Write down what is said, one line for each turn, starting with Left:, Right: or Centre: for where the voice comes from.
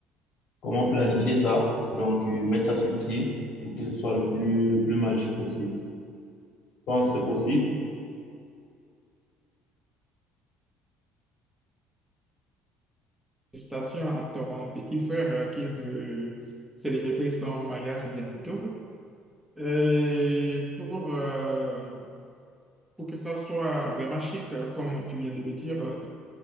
Left: comment planifier ça. Donc, euh, mettre ça sur pied pour que ce soit le plus, le plus magique possible. Je pense que c'est possible.
Centre: Félicitations à ton petit frère euh, qui veut célébrer son mariage bientôt. Et pour, euh, pour que ça soit vraiment chic, euh, comme tu viens de le dire, euh,